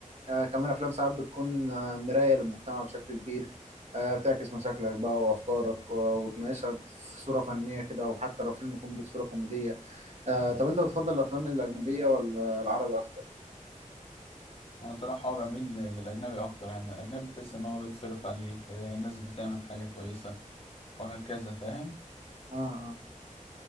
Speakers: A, on the right; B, on the left.
A: آه كمان افلام ساعات بتكون آه مرايه للمجتمع بشكل كبير آه تعكس مشاكلك بقى وافكارك و- وتناقشها في صوره فنيه كده وحتى لو فيلم كوميدي في صوره كوميديه آه طب انت بتفضل الافلام الاجنبيه ولا العربي اكتر
B: انا صراحة هو بميل للاجنبي اكتر يعني الاجنبي تحس
A: مم.
B: ان هو بيتصرف عليه آه، الناس بتعمل حاجة كويسة وهكذا فاهم
A: اه اه